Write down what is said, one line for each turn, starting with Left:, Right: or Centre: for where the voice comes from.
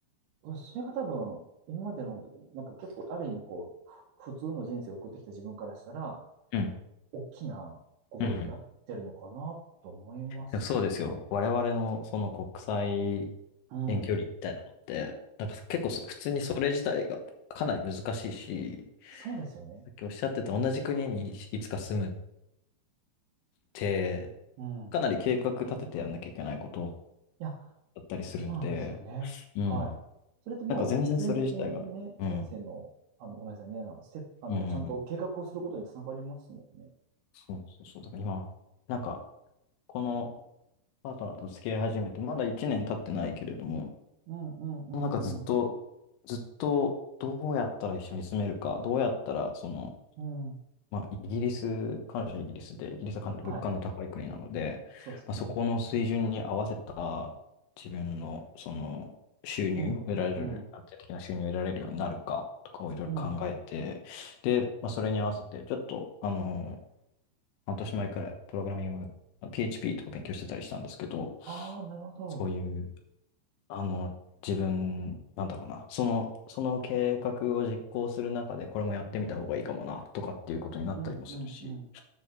Right: それが多分、今までの、なんか結構、ある意味こう、ふ普通の人生を送ってきた自分からしたら、
Left: うん。
Right: 大きなゴールになってるのかなと思いますね。
Left: うん。でもそうですよ。我々のその国際
Right: うん。
Left: 遠距離みたいなのって、なんか結構そ普通にそれ自体がかなり難しいし、
Right: そうですよね。
Left: さっきおっしゃってた同じ国にいつか住むって、
Right: うん。
Left: かなり計画立ててやんなきゃいけないこと
Right: いや、
Left: だったりするので、
Right: そうなんですよね。
Left: うん。
Right: はい。それってもう必然的にね、
Left: なんか全然それ自体が、うん。
Right: 人生の、あの、ごめんなさいね、あの、ステップ、あの、
Left: うん、うんうん。
Right: ちゃんと計画をすることにつながりますもんね。
Left: そうそうそう。だから今、なんか、このパートナーと付き合い始めて、まだ1年経ってないけれども、
Right: うんうんうんうん。
Left: なんかずっと、ずっと、どうやったら一緒に住めるか、どうやったら、その、
Right: うん。
Left: まあ、イギリス、感謝イギリスで、イギリスはかなり物価の高い国なので、
Right: はい。そうですよね。
Left: まあ、そこの水準に合わせた自分のその収入を得られる、
Right: うん。うん。
Left: 安定的な収入を得られるようになるかとかをいろいろ考えて、
Right: うん。
Left: で、まあ、それに合わせて、ちょっと、あの、半年前くらい、プログラミング、PHP とか勉強してたりしたんですけど、
Right: ああ、なるほど。
Left: そういう、あの、自分、なんだろうな、その、その計画を実行する中で、これもやってみた方がいいかもな、
Right: うん。
Left: とかっていうことになったりもするし、
Right: うんうんうん。